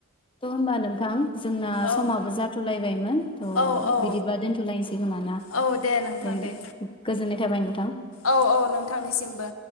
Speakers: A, on the left (about 25°); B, on the left (about 85°).
A: थ होनबा नोंथां। जोंना
B: औ
A: समाबो जाथ'लायबायमोन थ'
B: औ औ
A: बिदिबा दोनथ'लायनोसै खोमाना ना?
B: औ दे नोंथां
A: ओम
B: दे
A: गोजोननाय नोंथां
B: औ औ नोंथांनिसिमबो।